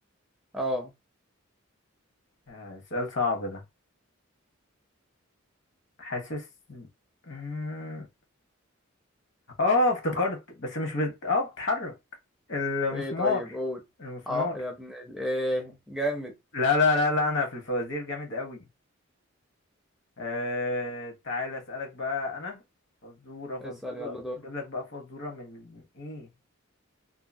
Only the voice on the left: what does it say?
اه سؤال صعب ده حاسس مم، اه افتكرت بس مش بت... اه بتتحرك المسمار
المسمار
لا لا لا لا انا في الفوازير جامد قوي آه تعالى اسألك بقى انا فزورة فزورة
اجيب لك بقى فزورة من ايه